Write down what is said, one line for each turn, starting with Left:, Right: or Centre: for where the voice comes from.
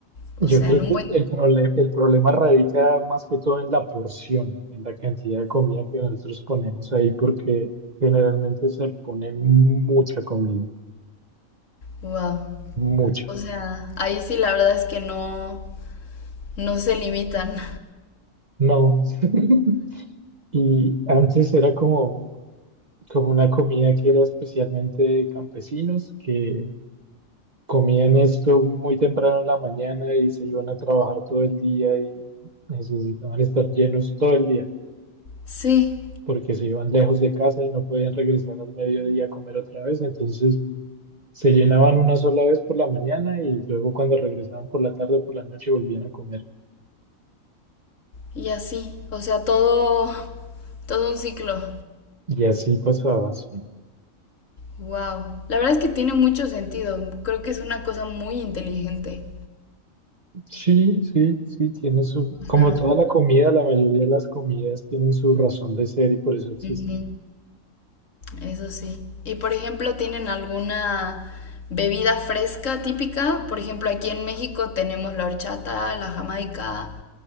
Left: O
Right: Yo
Left: sea,
Right: creo
Left: en
Right: que
Left: un buen
Right: el, prole- el problema radica más que todo en la porción, en la cantidad de comida que nosotros ponemos ahí, porque generalmente se pone mucha comida,
Left: wow.
Right: mucha.
Left: O sea, ahí sí la verdad es que no no se limitan.
Right: No. <laughs> Y antes era como, como una comida que era especialmente de campesinos, que comían esto muy temprano en la mañana y se iban a trabajar todo el día y necesitaban estar llenos todo el día.
Left: Sí,
Right: porque se iban lejos de casa y no podían regresar al mediodía a comer otra vez, entonces se llenaban una sola vez por la mañana y luego cuando regresaban por la tarde, por la noche volvían a comer.
Left: y así, o sea, todo todo un ciclo.
Right: Y así pasaba, sí.
Left: Wow, la verdad es que tiene mucho sentido. Creo que es una cosa muy inteligente.
Right: Sí, sí, sí, tiene su,
Left: O
Right: como
Left: sea,
Right: toda la comida, la mayoría de las comidas tienen su razón de ser y por eso existen.
Left: ujú, Eso sí. Y por ejemplo, ¿tienen alguna bebida fresca típica? Por ejemplo, aquí en México tenemos la horchata, la jamaica,